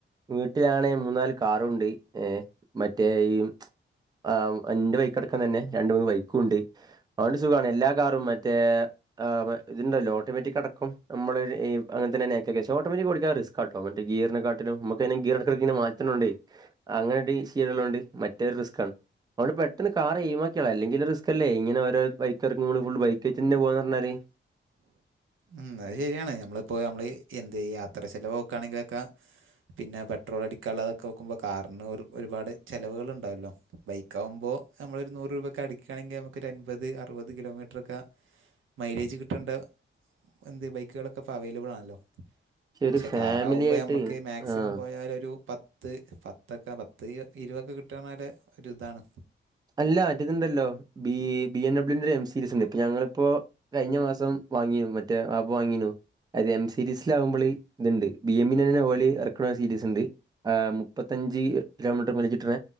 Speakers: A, on the right; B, on the right.
A: വീട്ടിലാണേ മൂന്നാല് കാറുണ്ട് ഏഹ് മറ്റേ ഈ ആഹ് എന്റെ ബൈക്ക് അടക്കം തന്നെ രണ്ട് മൂന്ന് ബൈക്കും ഉണ്ട് അതോണ്ട് സുഖാണ് എല്ലാ കാറും മറ്റേ ആഹ് ഇത്ണ്ടല്ലോ ഓട്ടോമാറ്റിക് അടക്കം നമ്മള് ഈ അങ്ങൻ തന്നെ നേക്കാക്കല് പക്ഷെ ഓട്ടോമാറ്റിക് കൊട്ക്കല് റിസ് ക്കാട്ടോ മറ്റേ ഗീറിനെ കാട്ടിലും നമ്മക്കയിന് ഗിയറ് എട്ക്കല് ഇങ്ങനെ മാ റ്റുണോണ്ടെ അങ്ങൻടി ഈസി ആക്ണോണ്ട് മറ്റേ റിസ്കാണ് അതുകൊണ്ട് പെട്ടെന്ന് കാറെ എയിമാക്കിയള അല്ലങ്കില് റിസ്ക് അല്ലേ ഇങ്ങനെ ഓരോരെ ബൈക്ക് എറക്കുമ്പള് ഫുൾ ബൈക്കായിറ്റന്നെ പോവാന്ന് പറഞ്ഞാല്
B: ഉം അത് ശരിയാണ് നമ്മളിപ്പോ നമ്മള് ഈ എന്ത് യാത്ര ചെലവ് നോക്കാണെങ്കിലൊക്കെ പിന്നെ പെട്രോൾ അടിക്കാനുള്ളതൊക്കെ നോക്കുമ്പോ കാറിന് ഒരു ഒരുപാട് ചെലവുകള് ഉണ്ടാവല്ലോ ബൈക്ക് ആകുമ്പോ നമ്മളൊരു നൂറ് രൂപയൊക്കെ അടിക്കുകയാണെങ്കിൽ നമുക്കൊരു അൻമ്പത് അറുപത് കിലോമീറ്ററൊക്കെ മൈലേജ് കിട്ടേണ്ട എന്ത് ബൈക്കുകളൊക്കെപ്പ അവൈലബിൾ ആണല്ലോ
A: പക്ഷെ ഒരു
B: ക്ഷെ
A: ഫാമിലി
B: കാറാവുമ്പോ
A: ആയിട്ട്
B: ഞമ്മക്ക് മാക്സിമം
A: ആഹ്
B: പോയാൽ ഒരു പത്ത് ത്ത് പത്തൊക്കെ പത്ത് ഇരുവൊക്കെ കിട്ടുക എന്നാൽ ഒരിതാണ്
A: അല്ല ആറ്റിത്ണ്ടല്ലോ ബി ബി എം ഡബ്യൂന്റെ എം സീരീസ്ണ്ട് ഇപ്പൊ ഞങ്ങളിപ്പോ കഴിഞ്ഞ മാസം വാങ്ങീനു മറ്റേ ആപ്പ വാങ്ങീനു അത് എം സീരീസില ആവുമ്പോൾ ഇതുണ്ട് ബി എം നെ ഓല് എർക്ണ സീരീസ്ണ്ട്. ആഹ് മുപ്പത്തഞ്ച് കിലോമീറ്റർ മയിലിജ്ട്ടണ